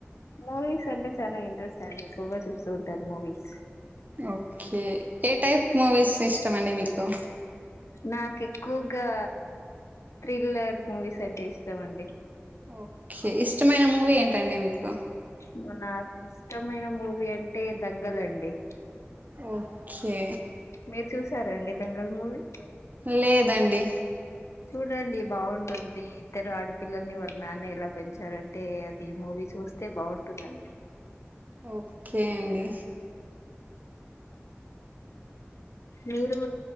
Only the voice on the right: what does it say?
ఓకే ఏ టైప్ మూవీస్ ఇష్టం అండి మీకు
ఓకే ఇష్టమైన మూవీ ఏంటండి మీకు
ఓకే
లేదండి
ఓకే అండి